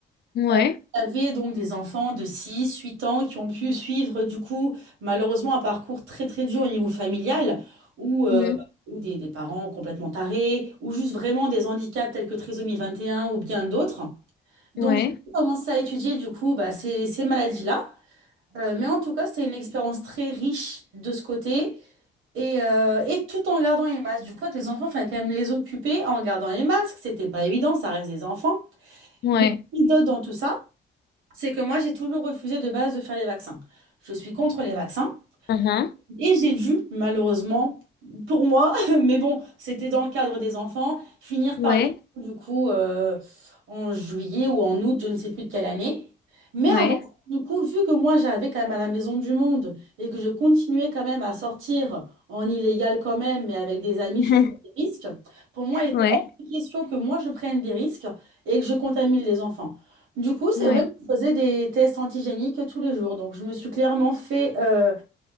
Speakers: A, on the left; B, on the right.
A: Ouais.
B: Euh, Vous avez donc des enfants de 6, 8 ans qui ont pu suivre, du coup, malheureusement, un parcours très très dur au niveau familial, ou euh,
A: Mhm.
B: ou des, des parents complètement tarés, ou juste vraiment des handicaps tels que trisomie vingt et un ou bien d'autres. Donc,
A: Ouais.
B: j'ai commencé à étudier, du coup, bah, ces, ces maladies-là. Euh, mais en tout cas, c'était une expérience très riche de ce côté. Et, euh, et tout en gardant les masques. Du coup, avec les enfants, il fallait quand même les occuper en gardant les masques. C'était pas évident, ça reste des enfants.
A: Ouais.
B: Mais anecdote dans tout ça c'est que moi, j'ai toujours refusé de base de faire les vaccins. Je suis contre les vaccins.
A: Uhum.
B: Et j'ai dû, malheureusement, pour moi, <laughs> mais bon, c'était dans le cadre des enfants, finir
A: Ouais.
B: par les du coup euh, en juillet ou en août, je ne sais plus de quelle année. Mais
A: Ouais.
B: avant, ça, du coup, vu que moi j'avais quand même à la Maison du Monde et que je continuais quand même à sortir en illégal quand même, mais avec des amis,
A: <laughs>
B: je prenais des risques. Pour moi, il était
A: Ouais.
B: hors de question que moi je prenne des risques et que je contamine les enfants. Du coup, c'est
A: Ouais.
B: vrai que je faisais des tests antigéniques tous les jours. Donc, je me suis clairement fait euh,